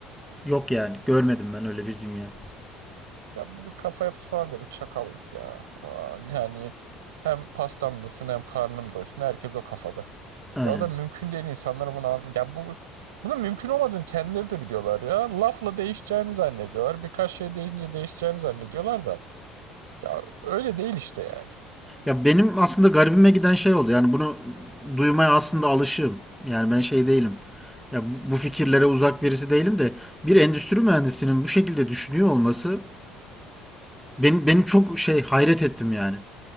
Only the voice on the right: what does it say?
Ya bu bir kafa yapısı falan diye bu çakallık ya. Aman yani hem pastam dursun hem karnım doysun. Herkes o kafada.
Ya o da mümkün değil insanlara bunu an- ya bu bunun mümkün olmadığını kendileri de biliyorlar ya. Lafla değişeceğini zannediyorlar. Birkaç şey değişince değişeceğini zannediyorlar da. Ya öyle değil işte yani.